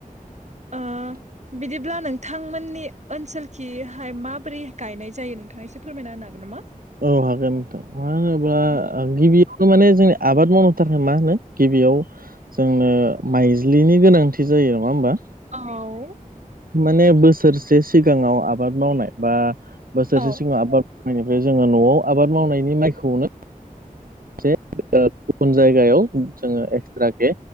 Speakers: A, on the right; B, on the right.
A: <inaudible>
B: ओ बिदिब्ला नोंथांमोननि ओनसोलखिहाय माबोरै गायनाय जायो नोंथाङा एसे फोरमायना होनो हागोन नामा?
A: औ हागोन नोंथां मानो होनोब्ला
B: औ
A: गिबि खौ माने जोंनि आबाद मावनो थाखाय मा होनो गिबियाव जोंनो माइज्लिनि गोनांथि जायो नङा होमबा
B: औ
A: माने बोसोरसे सिगाङाव आबाद मावनाय बा बोसोरसे
B: औ
A: सिगाङाव आबाद मावनायनि बे जोङो न'आव आबाद मावनायनि माइखौनो जे गुबुन जायगायाव जोङो एक्सट्राके